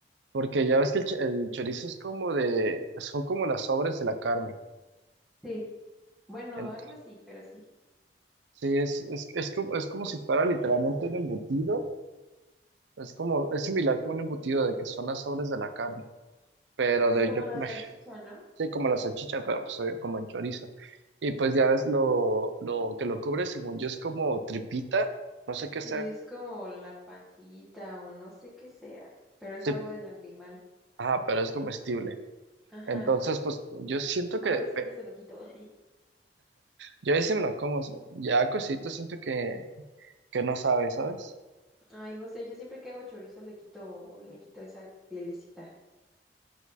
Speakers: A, on the right; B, in the centre.
A: porque ya ves que el, ch- el chorizo es como de, son como las sobres de la carne.
B: Sí, bueno,
A: En-
B: algo así, pero sí.
A: sí, es, es, es como, es como si fuera literalmente un embutido. Es como, es similar como un embutido de que son las sobres de la carne, pero
B: Pues
A: de,
B: como
A: yo,
B: la
A: me
B: salchicha, ¿no?
A: sí, como la salchicha, pero pues eh, como en chorizo. Y pues ya ves lo, lo que lo cubre, según yo, es como tripita, no sé qué
B: Sí,
A: sea.
B: es como la pancita o no sé qué sea, pero es
A: Sí,
B: algo del animal.
A: Ah, pero es comestible.
B: Ajá.
A: Entonces, pues yo siento que,
B: Ay, yo siempre
A: pe-
B: se lo quito. <laughs>
A: yo ahí sí me lo como, ya cosito siento que, que no sabe, ¿sabes?
B: Ay, no sé, yo siempre que hago chorizo le quito, le quito esa pielecita.